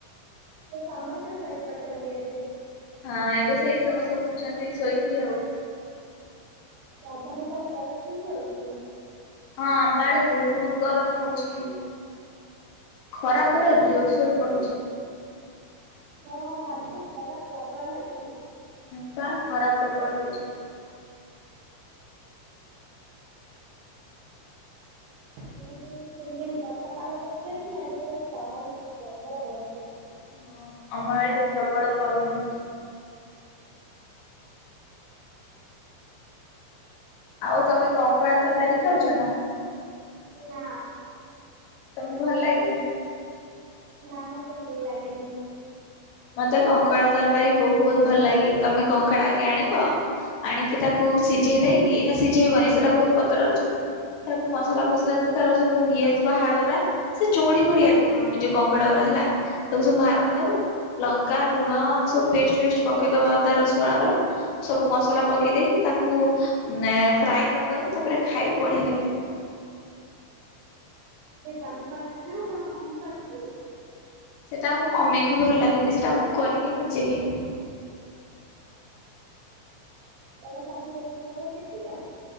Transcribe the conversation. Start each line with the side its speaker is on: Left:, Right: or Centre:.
Right: ସମସ୍ତେ ଶୋଇ ପଡିଛନ୍ତି ଏବେ।
Left: ହଁ ଏବେ ସେଇ ସମସ୍ତେ ଉଠୁଛନ୍ତି ଶୋଇକି ଆଉ।
Right: ଆଉ ତମ ସିଆଡେ ଗରମ କେମିତି ହଉଛି?
Left: ହଁ ଆମ ଆଡେ ବହୁତ ଗରମ ହଉଛି। ଖରା ପୁରା ଜୋରସୋର ପଡୁଛି।
Right: ଓ ହୋ ହୋ ଆଜି ଖରା ପ୍ରବଳ ହେଇଛି।
Left: ହଁ ପା ଖରା ପ୍ରବଳ ହଉଛି।
Right: ଦିଇ ଦିନ ତିନ ଦିନ ବର୍ଷା ପାଗ କରିଦେଇଥିଲା ଯେ ପୁରା ଖରା ହଉଛି ପ୍ରବଳ ଗରମ ହଉଛି।
Left: ହଁ ଆମ ଆଡେ ବି ପ୍ରବଳ ଗରମ ହଉଛି। ଆଉ ତମେ କଙ୍କଡା ତରକାରୀ ଖାଉଛ ନା?
Right: ନା।
Left: ତମକୁ ଭଲ ଲାଗେନି?
Right: ନା ମତେ ଭଲ ଲାଗେନି।
Left: ମତେ କଙ୍କଡ଼ା ତରକାରୀ ବହୁତ ଭଲ ଲାଗେ ତମେ କଙ୍କଡ଼ା ଆଗେ ଆଣିବ ଆଣିକି ତାକୁ ସିଝେଇ ଦେଇକି ନା ସିଝେଇବନି ସେଟା ବହୁତ ପଥର ରହୁଛି ତାକୁ ମସଲା ଫସଲା ଦି ତାର ସବୁ ଇଏ ଥିବ ହାଡ ଗୁରା ସେ ଚୁଙ୍ଗୁଡି ଭଳିଆ ଯୋଉ କଙ୍କଡା ଗୁଡା ହେଲା ତାକୁ ସବୁ ବାହାର କରିଦବ ଲଙ୍କା ଲୁଣ ସବୁ ପେଷ୍ଟ ଫେଷ୍ଟ ପକେଇଦବ ଅଦା ରସୁଣ ର ସବୁ ମସଲା ପକେଇ ଦେଇକି ତାକୁ ଅ ଫ୍ରାଏ କରିଦବ ତାପରେ ଖାଇବ ବଢିଆ ଲାଗିବ।
Right: ସେ ତମେ କରିଥିଲ ନା ତମ ମମି କରିଥିଲେ?
Left: ସେଇଟା ମୋ ମମିଙ୍କୁ ଭଲ ଲାଗେନି ସେଇଟା ମୁଁ କରିକି ମୁଁ ନିଜେ ଖାଇଥିଲି।
Right: ତମେ ସବୁ ରୋଷେଇ ତାହେଲେ ଶିଖିଛ?